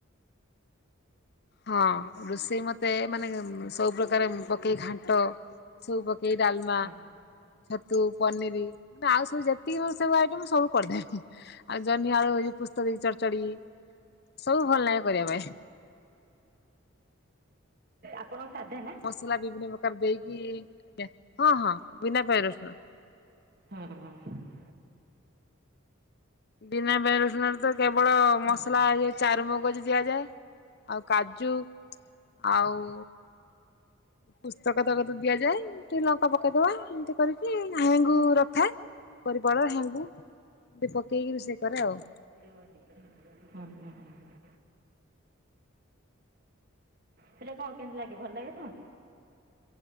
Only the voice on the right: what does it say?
ହଁ
ଆପଣ ସାଧା ନା?
ହଁ।
ଆଉ
<unintelligible> ସେଟା କଣ କେମିତି ଲାଗେ? ଭଲ ଲାଗେ ତ। <inaudible>